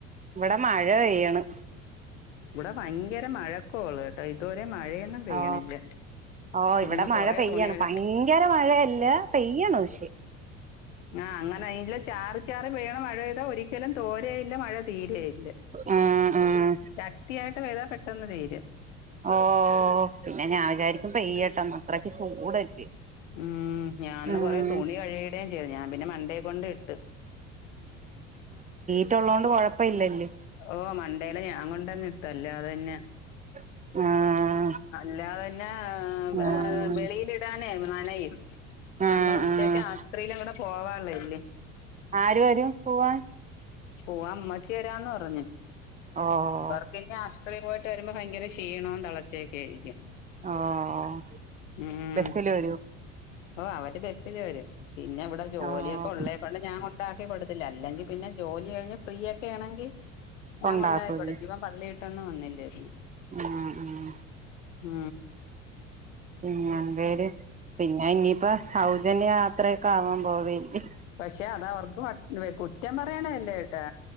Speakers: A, on the right; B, on the left.
A: ഇവിടെ മഴ പെയ്യാണ്
B: ഇവിടെ ഭയങ്കര മഴക്കോള്ളു കേട്ടാ ഇതുവരെ മഴയൊന്നും പെയ്യണില്ല
A: ഓ ഓ ഇവിടെ
B: ഇന്ന്
A: മഴ
B: കൊറേ
A: പെയ്യാണ്
B: തുണികള്
A: ഭയങ്കര മഴയല്ല പെയ്യാണ് പക്ഷെ
B: ആ അങ്ങനെ അല്ല ചാറി ചാറി പെയ്യണ മഴ പെയ്താ ഒരിക്കലും തോരെയില്ല മഴ തീരെ ഇല്ല
A: ഉം ഉം
B: ശക്തിയായിട്ട് പെയ്ത പെട്ടെന്ന് തീരും
A: ഓ പിന്നെ ഞാൻ വിചാരിക്കും പെയ്യട്ടോന്ന് അത്രയ്ക്ക് ചൂടല്ലേ
B: ആ ഞാനിന്ന്
A: ഉം
B: കൊറെ തുണി കഴുകിടെയും ചെയ്ത് ഞാൻ പിന്നെ മണ്ടേ ക്കൊണ്ട് ഇട്ട്
A: റ്റുള്ളത് കൊണ്ട് കുഴപ്പഇല്ലല്ല്
B: ഓ മണ്ടേയില ഞാൻ കൊണ്ട് ട്ടങ്ങിട്ട് അല്ലാതെ പിന്നെ
A: ആ
B: അല്ലാന്നെ പിന്നെ
A: ആഹ്
B: വെളിയിലിടാൻ <unintelligible>
A: ആഹ്
B: നമ്മള് ഉച്ചക്ക്
A: ആഹ്
B: ആശുപത്രിയിലൊക്കെ പോവൻ ഉള്ളതല്ലേ
A: ആര് വരും പോവാൻ
B: പോവൻ ഉമ്മച്ചി വരാന്ന് പറഞ്ഞ്
A: ഓഹ്
B: ഇവർക്ക്‌ പിന്നെ ത്രി പോയിട്ട് വരുമ്പോ ഭയങ്കര ഷി ക്ഷിണോം തളച്ചൊക്കെയായിരിക്കും
A: ഓഹ്
B: ഉം
A: ബസ്സില് വരോ
B: ഓ അവര് ബെസ്സില് വെരും പിന്നെ ഇവ്ടെ ജോലിയൊക്കെ
A: ഓഹ്
B: ഉള്ളെ കൊണ്ട് ഞാൻ കൊണ്ടാക്കി കൊട് ത്തില്ല അല്ലെങ്കി പിന്നെ ജോലിഴിഞ്ഞ് ഫ്രീയാ ഫ്രീയാണെങ്കി ഞാൻ
A: കൊണ്ടാക്കൂല്ലേ
B: കൊണ്ടാക്കികൊട്ക്കി ഇവൻ പള്ളി ട്ടെന്ന് വന്നില്ലെര്ന്നു
A: ആ ആ
B: ആ
A: പിന്നെ എന്തേര് പിന്നെ ഇനി ഇപ്പ സൗജന്യ യാത്രക്കെ ആവാൻ പോവെല്ലേ
B: പക്ഷെ അതവർക്ക് കുറ്റം പറയാനെ ല്ലേട്ടാ